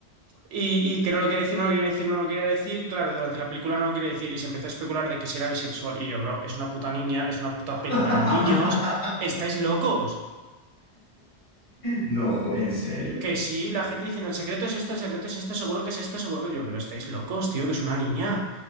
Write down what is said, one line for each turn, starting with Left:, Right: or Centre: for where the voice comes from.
Right: Y, y que no lo quiere decir, no lo quiere decir, no lo quiere decir. Claro, durante la película no lo quiere decir. Y se empezó a especular de que si era bisexual. Y yo, bro, es una puta niña, es una puta peli
Left: <laughs>
Right: para niños. ¿Estáis locos?
Left: No, jo- ¿en serio?
Right: Que sí, la gente diciendo el secreto es esto, el secreto es esto, seguro que es esto, seguro que yo. Pero estáis locos, tío, que es una niña.